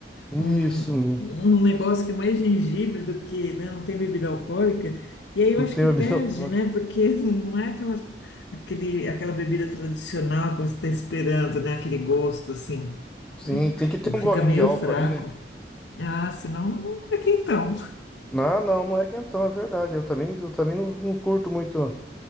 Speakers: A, in the centre; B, on the left (about 90°).
A: isso
B: um,
A: mesmo.
B: um negócio que é mais gengibre do que, né, não tem bebida alcoólica. E aí eu
A: Não
B: acho
A: tem
B: que
A: bebida
B: perde,
A: alcoólica.
B: né? Porque <laughs> não é aquela, aquele, aquela bebida tradicional que você está esperando, né? Aquele gosto assim.
A: Sim,
B: Bem,
A: tem que ter um golinho
B: Fica meio
A: de álcool
B: fraco.
A: ali, né?
B: Ah, senão não é quentão.
A: Não, não, não é quentão, é verdade. Eu também, eu também não, não curto muito